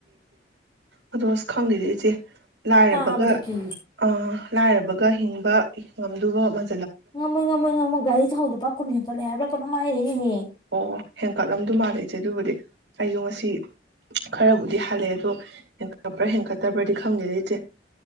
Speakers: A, on the right; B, on the left.
A: ꯑꯗꫭ ꯑꯁ ꯈꯪꯗꯦꯗ ꯏꯆꯦ꯫ ꯂꯥꯏꯔꯕꯒ
B: ꯇꯥꯕꯗ ꯀꯤ
A: ꯑꯥ꯫ ꯂꯥꯏꯔꯕꯒ ꯍꯤꯡꯕ ꯉꯝꯗꯨꯕ ꯃꯥꯟ꯫
B: ꯉꯝꯃꯣꯏ ꯉꯝꯃꯣꯏ ꯉꯝꯃꯣꯏ ꯒꯥꯔꯤ ꯊꯥꯎ ꯂꯨꯄꯥ ꯀꯨꯟ ꯍꯦꯞꯄꯠꯂꯦ ꯍꯥꯏꯕ꯭ꯔꯥ ꯀꯩꯅꯣꯝ ꯉꯥꯏꯔꯤꯅꯤꯍꯦ‌꯫
A: ꯑꯣ ꯍꯦꯟꯀꯠꯂꯝꯗꯨ ꯃꯥꯜꯂꯦ ꯏꯆꯦ ꯑꯗꯨꯕꯨꯗꯤ꯫ ꯑꯩꯁꯨꯣ ꯉꯁꯤ ꯈꯔꯕꯨꯗꯤ ꯍꯥꯜꯂꯛꯑꯦ ꯑꯗꯣ ꯍꯦꯟꯀꯠꯄ꯭ꯔꯥ ꯍꯦꯟꯀꯠꯇꯕ꯭ꯔꯗꯤ ꯈꯪꯗꯦꯗ ꯏꯆꯦ